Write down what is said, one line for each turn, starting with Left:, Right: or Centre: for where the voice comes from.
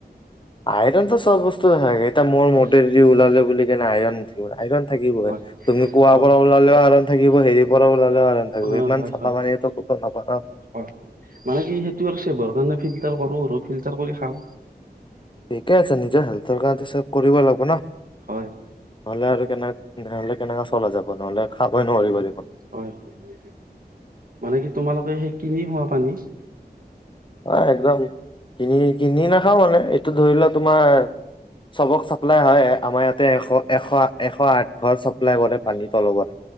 Left: আইৰন টো চ'ব বস্তুটে থাকে। এটা মোৰ মতে
Right: হয়
Left: দি ওলালে বুলি আইৰন থ গা আইৰন থাকিব
Right: হয়
Left: তুমি কোৱাব
Right: হয়।
Left: পৰা ওলালেও আ থাকিব হেৰি পৰা ওলালেও আইৰণ থাকিব
Right: হয়
Left: ইমান
Right: হয়
Left: চাফা
Right: হয়
Left: পানীতো ক'তো নাপা ন।
Right: হয় মানে কি সেইটো আৰু চব কাৰণে ফিল্টাৰ কৰো আৰু ফিল্টাৰ কৰি খাওঁ।
Left: ঠিকেই আছে নিজ হাল ৰ কাৰণটো চব কৰিব লাগিব। হব ন নহলে
Right: হয় হয়।
Left: আৰু কেনে ধৰণলৈ কেনেকৈ চলা যাব। নহ'লে খাবই নোৱাৰিব দেখোন
Right: হয় হয় মানে কি তোমালোকে সেই কিনি খোৱা পানী।
Left: অ একদম। কিনি কিনি নাখাও মানে এইটো ধৰি লও তোমাৰ চবক চাপ্লাই হয় আমাৰ ইয়াতে এশ এশ এশ আঠ ঘৰ চাপ্লাই কৰে পানীৰ তলৰ,